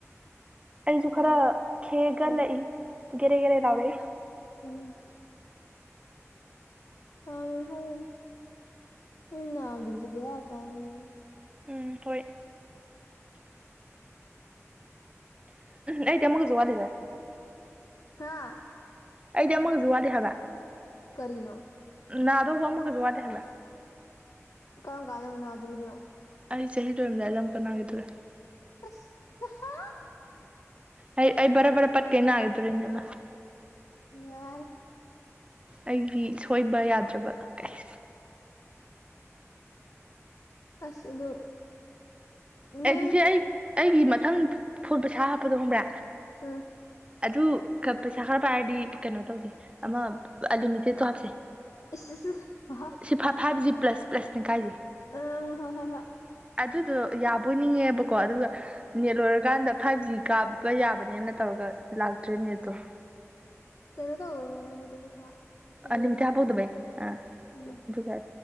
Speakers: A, on the right; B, on the left.
A: ꯑꯩꯁꯨ
B: ꯑ
A: ꯈꯔ ꯈꯦꯒꯠꯂꯛꯏ ꯒꯦꯔꯦ ꯒꯦꯔꯦ
B: ꯎꯝ
A: ꯂꯥꯎꯔꯦꯍꯦ
B: ꯎꯝ ꯑꯧ ꯍꯧ ꯅꯪ ꯅꯗꯕꯁꯦ ꯕꯦꯔꯥ ꯀꯥꯏꯅꯦ
A: ꯎꯝ ꯍꯣꯏ ꯑꯩꯗꯤ ꯑꯃꯒꯁꯨ ꯋꯥꯠꯂꯤꯗ
B: ꯑ ꯑꯥ
A: ꯑꯩꯗꯤ ꯑꯃꯒꯁꯨ ꯋꯥꯠꯂꯤ ꯍꯥꯏꯕ
B: ꯀꯔꯤꯅꯣ
A: ꯅꯥꯗꯧꯕ ꯑꯃꯒꯁꯨ ꯋꯥꯠꯂꯤ ꯍꯥꯏꯕ
B: ꯀꯔꯝ ꯀꯥꯟꯗ ꯎꯅꯥꯗꯨꯔꯤꯕꯅꯣ
A: ꯑꯩ ꯆꯍꯤ ꯂꯣꯏꯔꯝꯗꯥꯏꯗ ꯑꯃꯨꯛꯀ ꯅꯥꯈꯤꯗꯣꯔꯦ
B: ꯑꯁ ꯍꯥ ꯍꯥ
A: ꯑꯩ ꯑꯩ ꯕꯦꯔꯦ ꯕꯦꯔꯦ ꯄꯠ ꯀꯩ ꯅꯒꯤꯗꯨꯔꯤꯅꯦ ꯑꯃꯥꯥ
B: ꯌꯥꯔꯦ
A: ꯑꯩꯒꯤ ꯁꯣꯏꯕ ꯌꯥꯗ꯭ꯔꯕ ꯀꯩꯁ
B: ꯑꯁ ꯑꯗꯨ ꯅ
A: ꯑꯩꯗꯤ ꯆꯦ ꯑꯩ ꯑꯩꯒꯤ ꯃꯊꯪ ꯐꯣꯟ ꯄꯩꯁꯥ ꯍꯥꯞꯄꯗꯣ ꯈꯪꯕ꯭ꯔꯥ
B: ꯎꯝ
A: ꯑꯗꯨ ꯈꯔ ꯄꯩꯁꯥ ꯈꯔ ꯄꯥꯏꯔꯗꯤ ꯀꯩꯅꯣ ꯇꯧꯁꯦ ꯑꯃ ꯑꯟꯂꯤꯃꯤꯇꯦꯠꯇꯣ ꯍꯥꯞꯁꯦ
B: ꯏꯁ ꯏꯁ ꯑꯍꯥ
A: ꯁꯤ ꯐꯥ ꯐꯥꯏꯚ ꯖꯤ ꯄ꯭ꯂꯁ ꯄ꯭ꯂꯁꯅꯦ ꯀꯥꯏꯖꯦ
B: ꯑ ꯍꯣꯏ ꯍꯣꯏ ꯍꯣꯏ
A: ꯑꯗꯨꯗꯣ ꯌꯥꯕꯣꯏ ꯅꯤꯡꯉꯦꯕꯀꯣ ꯑꯗꯨꯒ ꯅꯦꯠ ꯂꯣꯏꯔꯀꯥꯟꯗ ꯐꯥꯏꯚ ꯖꯤ ꯀꯥꯕ ꯌꯥꯕꯅꯦꯅ ꯇꯧꯔꯒ ꯂꯥꯛꯇ꯭ꯔꯦ ꯅꯦꯠꯇꯣ
B: ꯀꯩꯅꯣ ꯇꯧꯕꯅꯦ ꯅꯪꯒꯤꯗꯨ ꯄꯩꯁꯥ ꯁꯨꯗꯕꯩꯅꯤ
A: ꯑꯟꯂꯤꯃꯤꯇꯦꯠ ꯍꯥꯞꯄꯧꯗꯕꯩ ꯑꯥ
B: ꯎꯝ
A: ꯑꯗꯨꯒ